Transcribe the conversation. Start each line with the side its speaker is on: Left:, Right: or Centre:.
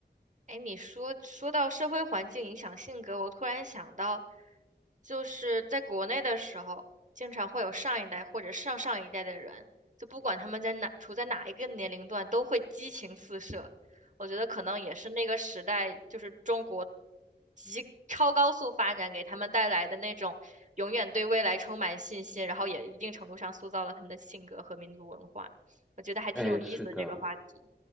Right: 哎，你说说到社会环境影响性格，我突然想到，就是在国内的时候，经常会有上一代或者上上一代的人，就不管他们在哪，处在哪一个年龄段，都会激情四射。我觉得可能也是那个时代，就是中国极超高速发展给他们带来的那种永远对未来充满信心，然后也一定程度上塑造了他们的性格和民族文化。我觉得还挺有意思的这个话题。
Centre: 哎，是的，